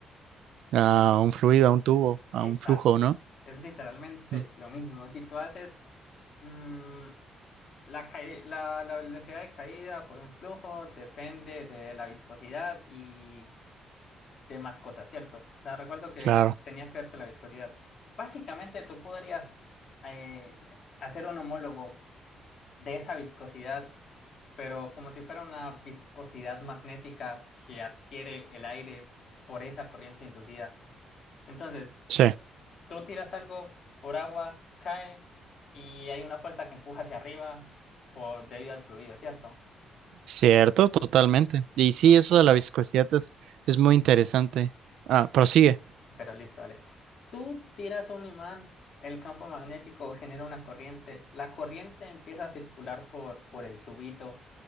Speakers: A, on the right; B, on the left.
A: A un fluido, a un tubo, a
B: Exacto,
A: un flujo, ¿no?
B: es literalmente
A: Mm,
B: lo mismo. Si tú haces... mm, La, cae- la, la velocidad de caída por un flujo depende de la viscosidad y demás cosas, ¿cierto? O sea, recuerdo que
A: Claro,
B: tenía que ver con la viscosidad. Básicamente, tú podrías eh, hacer un homólogo de esa viscosidad, pero como si fuera una viscosidad magnética que adquiere el aire por esa corriente inducida. Entonces,
A: sí,
B: tú tiras algo por agua, cae y hay una fuerza que empuja hacia arriba por, debido al fluido, ¿cierto?
A: cierto, totalmente.
B: Listo,
A: Y sí, eso de la viscosidad es es muy interesante. Ah, prosigue.
B: pero listo, dale. Tú tiras un imán, el campo magnético genera una corriente, la corriente empieza a circular por, por el tubito